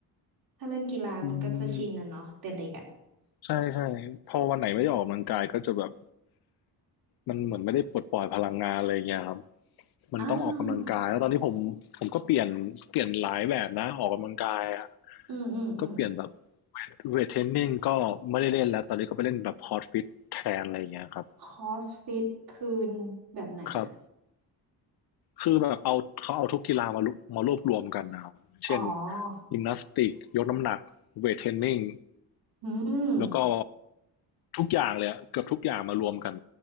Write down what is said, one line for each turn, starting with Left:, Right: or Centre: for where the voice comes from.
Right: ถ้าเล่นกีฬามันก็จะชินนะเนาะแต่เด็กอะ
Left: อืม ใช่ใช่พอวันไหนไม่ได้ออกกำลังกายก็จะแบบมันเหมือนไม่ได้ปลดปล่อยพลังงานอะไรอย่างเงี้ยครับมันต้องออกกำลังกายแล้วตอนนี้ผมผมก็เปลี่ยนเปลี่ยนหลายแบบนะออกกำลังกายอะ
Right: อ่า อืมอืมอืม
Left: ก็เปลี่ยนแบบเวทเทรนนิ่งก็ไม่ได้เล่นแล้วตอนนี้ก็ไปเล่นแบบคอร์สฟิตแทนอะไรอย่างเงี้ยครับ
Right: คอสฟิตคืนแบบไหนอ่ะ
Left: ครับ คือแบบเอาเขาเอาทุกกีฬามารวมารวบรวมกันนะครับเช่น
Right: อ๋อ
Left: ยิมนาสติกยกน้ำหนักเวทเทรนนิ่ง
Right: อืม
Left: แล้วก็ทุกอย่างเลยอะเกือบทุกอย่างมารวมกัน